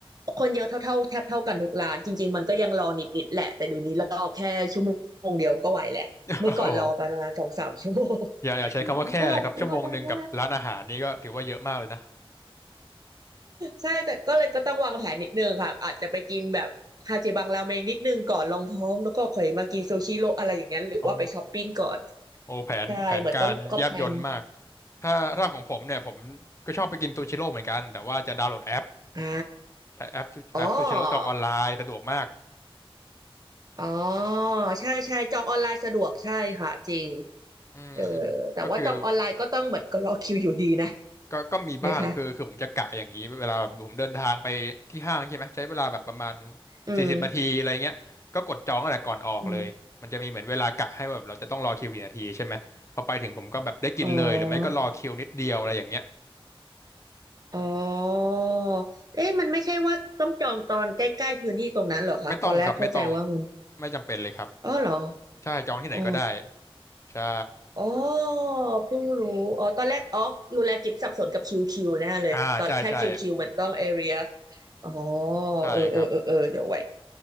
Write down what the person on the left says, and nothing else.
<laughs> โอ้โหอย่าอย่าใช้คำว่าแค่เลยครับ
ชั่วโมงหนึ่งกับร้านอาหารนี่ก็ถือว่าเยอะมากเลยนะ
อ๋อโอ้แผนแผนการแยบยลมาก
ถ้าถ้าของผมเนี่ยผมก็ชอบไปกินซูชิโร่เหมือนกัน แต่ว่าจะดาวน์โหลดแอป
ใช้แอปแอปซูชิโร่จองออนไลน์สะดวกมาก
อืมอืมก็คือ
ก็ก็มีบ้างคือคือผมจะกะอย่างนี้เวลาแบบผมเดินทางไปที่ห้างใช่ไหมใช้เวลาแบบประมาณ
สี่สิบนาทีอะไรเงี้ยก็กดจองตั้งแต่ก่อนออกเลยมันจะมีเหมือนเวลากะให้แบบเราจะต้องรอคิวกี่นาทีใช่ไหมพอไปถึงผมก็แบบได้กินเลยหรือไม่ก็รอคิวนิดเดียวอะไรอย่างเงี้ย
ไม่ต้องครับไม่ต้องไม่จำเป็นเลยครับ
ใช่จองที่ไหนก็ได้
ใช่
อ่าใช่ใช่
ใช่ครับ